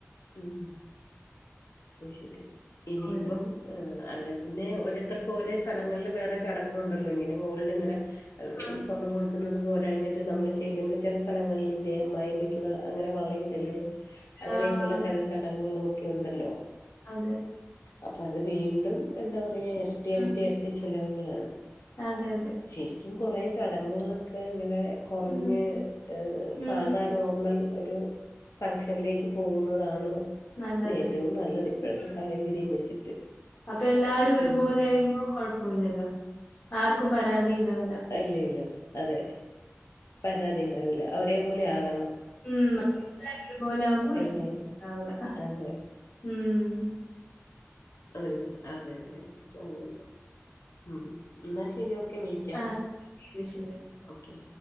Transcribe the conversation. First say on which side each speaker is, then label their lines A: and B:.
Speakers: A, on the left (about 70°); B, on the left (about 55°).
A: ഉം. അഹ് ശെരി ഇനിയിപ്പം
B: ഓരോ
A: ആ അല്ലെ പിന്നെ ഓരോരുത്തർക്കും ഓരോ ചടലങ്ങള്ള് വേറെ ചടങ്ങു ണ്ടല്ലോ ഇങ്ങനെ ഗോൾഡ് ഇങ്ങനെ അ
B: ആ.
A: സ്വന്തം ഗോൾഡ് കുന്നത് പോരാഞ്ഞിട്ട് നമ്മള് ചെല്ലുമ്പോ ചെല സ്ഥലങ്ങളിൽല്ലേ അമ്മായിമ്മക്ക് അങ്ങനെ വളയും തില് അങ്ങനെയൊക്കെള്ള
B: ആഹ്.
A: ചെല ചടങ്ങുകളും ഒക്കെ ഉണ്ടല്ലോ.?
B: അതെ.
A: അപ്പൊ അത് വീണ്ടും എന്താ പറയാ എരട്ടി എരട്ടി
B: ഉം.
A: എരട്ടി ചെലവുകളാണ്.
B: അതെ അതെ.
A: ശരിക്കും കൊറേ ചടങ്ങുകളൊക്കെ ഇങ്ങനെ കൊറഞ്ഞെ
B: ഉം. ഉം.
A: സാധാ നോർമൽ ഒരു ഫംഗഷനിലേക്ക് പോകുന്നതാണ്
B: നല്ലത്.
A: ഏറ്റവും നല്ലത് ഇപ്പോഴത്തെ
B: ഉം.
A: സാഹചര്യം വെച്ചിട്ട്
B: അപ്പൊ എല്ലാരും ഒരുപോലെ
A: ഉം.
B: <unintelligible> കൊഴപ്പോല്ലല്ലോ ആർക്കും പരാതിണ്ടാവൂല.
A: ഇല്ല ഇല്ല അതെ പരാതി ണ്ടാവൂല ഒരേ പോലെ ആകണം.
B: ഉ <unintelligible> ഇത്പോലെ ആമ്പോ ഒര്
A: എല്ലാരും.
B: ണ്ടാവൂല
A: അതെ.
B: ഉം.
A: ആഹ് അതെ അതെ അതെ <unintelligible> ഉം ന്നാ ശെരി ഓക്കെ വിളിക്കാം
B: ആ ശരി, ശരി.
A: ഓക്കെ.